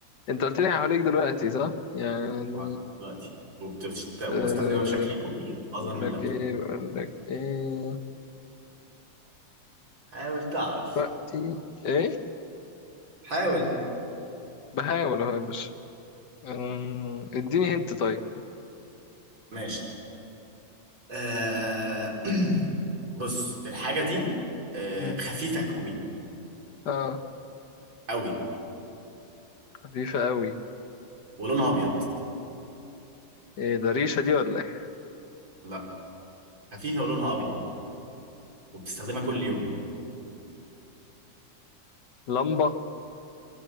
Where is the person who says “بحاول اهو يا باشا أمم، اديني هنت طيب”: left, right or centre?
Left